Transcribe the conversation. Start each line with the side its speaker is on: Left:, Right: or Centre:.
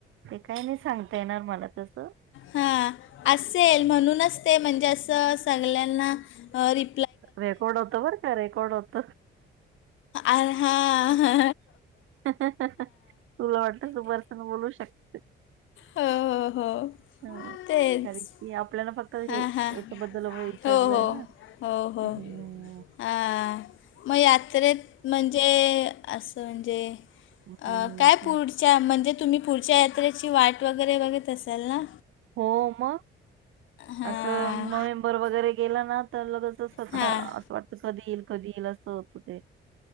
Right: ते काही नाही सांगता येणार मला तस
Left: हा असेल म्हणूनच ते म्हणजे असं सगळ्यांना रि
Right: रेकॉर्ड होत बरं का रेकॉर्ड होत
Left: आ हा ह
Right: तुला वाटलं सु बर्सन बोलू शकते
Left: हो हो हो
Right: हा
Left: तेच
Right: कारण की आपल्याला फक्त तर
Left: हां हां
Right: हेच्याबद्दल विचारलं
Left: हो हो
Right: आहे ना?
Left: हो हो
Right: हम्
Left: हां मग यात्रेत म्हणजे असं म्हणजे
Right: हम्म,
Left: काय अ पुढ च्या म्हणजे तुम्ही पुढच्या यात्रेची वाट वगैरे बघत असाल ना?
Right: हो मग
Left: हां
Right: असं नोव्हेंबर वगैरे गेला ना तर लगच जस असं
Left: हां
Right: वाटतं कधी येईल कधी येईल असं होतं ते